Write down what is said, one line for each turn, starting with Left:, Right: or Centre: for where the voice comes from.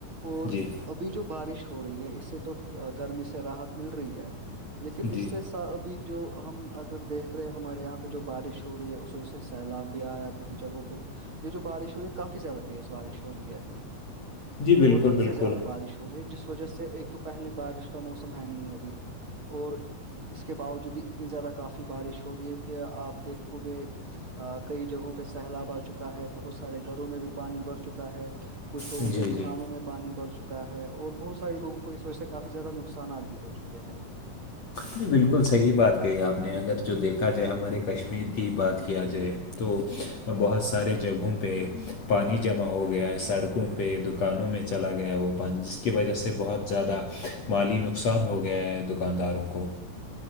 Right: اور
Left: جی
Right: ابھی جو بارش ہو رہی ہے اس سے تو گرمی سے راحت مل رہی ہے لیکن
Left: جی
Right: اس سے ابھی جو ہم اگر دیکھ رہے ہیں ہمارے یہاں پہ جو بارش ہو رہی ہے اس وجہ سے سیلاب بھی آیا کی جگہوں پہ یہ جو بارش ہو رہی ہے کافی زیادہ تیز بارش ہو رہی ہے
Left: جی بالکل
Right: اور حد
Left: بالکل
Right: سے زیادہ بارش ہو رہی ہے جس وجہ سے ایک تو پہل بارش کا موسم ہے نہیں ابھی اور اس کے باوجود بھی اتنی زیادہ کافی بارش ہو رہی ہے کہ آپ دیکھو گے کئی جگہوں پہ سیلاب آ چکا ہے بہت سارے گھروں میں بھی پانی بڑ چکا ہے کچھ لوگوں
Left: جی
Right: کے دکانوں
Left: جی
Right: میں پانی بھر چکا ہے اور بہت سارے لگوں کو اس وجہ سے کافی زیادہ نقصانات بھی ہو چکے ہیں
Left: جی بالکل صحیح بات کہی آپ نے اگر جو دیکھا جائے ہمارے کشمیر کی بات کیا جائے تو بہت سارے جگہوں پہ پانی جمع ہو گیا ہے سڑکوں پہ دکانوں میں چلا گیا ہے وہ پان کی وجہ سے بہت زیادہ مالی نقصان ہو گیا ہے دکانداروں کو